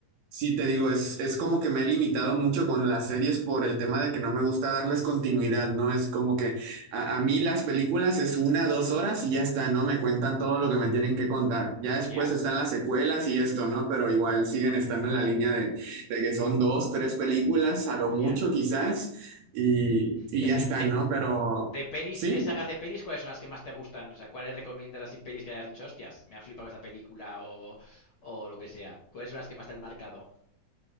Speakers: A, on the right; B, on the left.
A: Sí, te digo, es, es como que me he limitado mucho con las series por el tema de que no me gusta darles continuidad, ¿no? Es como que a, a mí las películas es una, dos horas y ya está, ¿no? Me cuentan todo lo que me tienen que contar. Ya después
B: Ya,
A: están las secuelas y esto, ¿no? Pero igual siguen estando en la línea de, de que son dos, tres películas, a lo mucho
B: ya.
A: quizás, y, y
B: Y así
A: ya está,
B: de,
A: ¿no? Pero
B: de pelis
A: sí.
B: y de sagas de pelis, ¿cuáles son las que más te gustan? O sea, ¿cuáles recomiendas así pelis que hayas dicho, hostias, me ha flipado esta película o, o lo que sea? ¿Cuáles son las que más te han marcado?